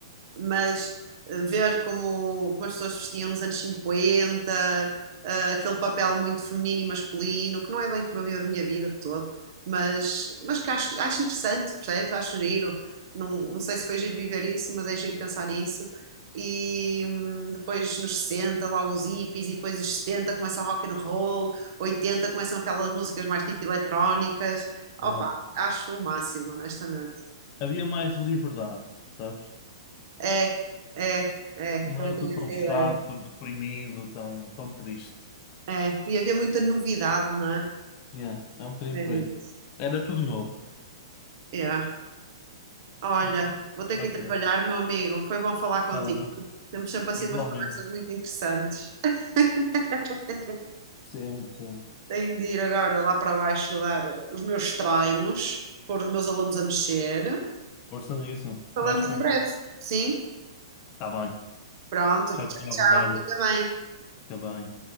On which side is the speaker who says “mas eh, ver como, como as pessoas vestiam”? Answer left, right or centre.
Right